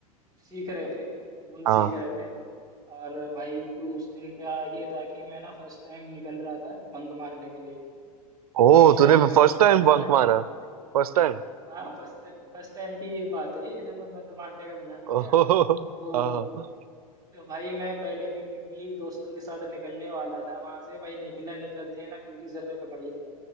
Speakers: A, on the right; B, on the right.
A: सीख रहे थे गुण
B: हाँ
A: सीख रहे थे और भाई उस दिन का ये था कि मैं ना फर्स्ट टाइम निकल रहा था बंक मारने के लिए
B: ओ
A: ये शायद
B: तूने
A: मेरे
B: फर्स्ट
A: सिक्स
B: टाइम
A: सेवन
B: बंक
A: निकला
B: मारा
A: है।
B: First time
A: हाँ फर्स्ट फर्स्ट टाइम की ये बात है ये जब मैं बंक मारने का प्लान किया
B: ओह <laughs>
A: तो,
B: हाँ
A: तो भाई मैं पहले दिन ही दोस्तों के साथ निकलने वाला था वहां से भाई निकला निकलते है ना पीटी सर ने पकड़